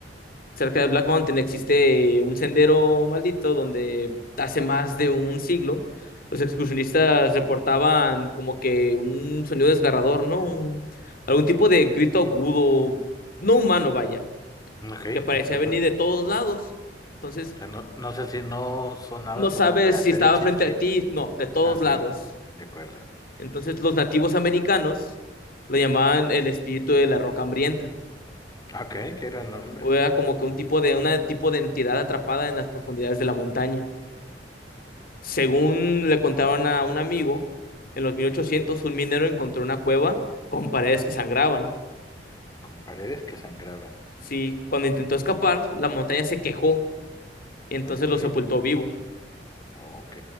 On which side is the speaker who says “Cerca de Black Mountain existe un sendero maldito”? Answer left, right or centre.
Left